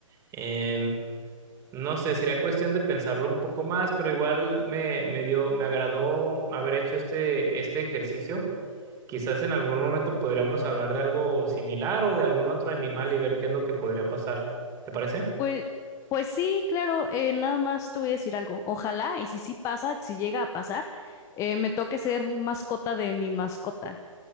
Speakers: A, on the right; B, on the left.
A: em, no sé, sería cuestión de pensarlo un poco más, pero igual me, me dio, me agradó haber hecho este, este ejercicio. Quizás en algún momento podríamos hablar de algo similar o de algún otro animal y ver qué es lo que podría pasar. ¿Te parece?
B: Pues, pues sí, claro, eh, nada más te voy a decir algo. Ojalá, y si sí pasa, si llega a pasar, eh, me toque ser mascota de mi mascota.